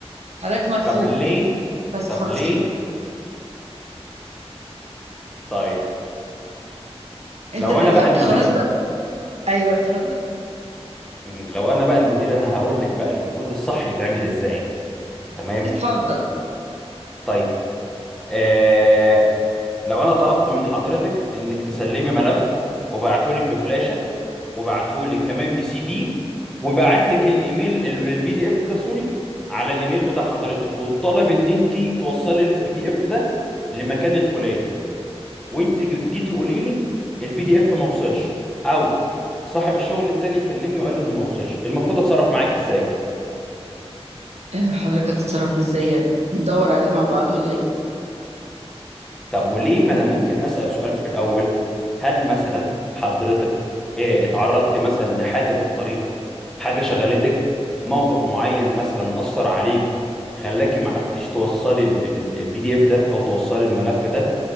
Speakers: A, on the right (about 80°); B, in the centre.
A: حضرتك مرفوض
B: طب ليه
A: بس
B: طب
A: خلاص
B: ليه
A: كده
B: طيب
A: <laughs> أنت
B: لو
A: اترفدت
B: انا بقى المدير
A: خلاص بقى أيوه اتفضل
B: لو انا بقى المدير انا هقول لك بقى المفروض الصح يتعمل ازاي تمام
A: اتفضل
B: طيب آه... لو انا طلبت من حضرتك انك تسلمي ملف وبعته لك بفلاشة وبعته لك كمان بي سي دي وبعت لك الايميل البي دي اف ده سوري على الايميل بتاع حضرتك وطالب ان انت توصلي البي دي اف ده لمكان الفلاني وانت جيت- جيتي قولي لي البي دي اف ما وصلش او صاحب الشغل التاني كلمني وقال لي انه ما وصلش المفروض اتصرف معاك ازاي
A: آه، حضرتك هتتصرف إزاي يعني ندور عليه مع بعض ونلاقيه
B: طب وليه ما انا ممكن اسال سؤال في الاول هل مثلا حضرتك إيه اتعرضت مثلا لحاجه في الطريق حاجه شغلتك موقف معين مثلا اثر عليكي خلاكي ما عرفتيش توصلي البي دي اف ده او توصلي الملف ده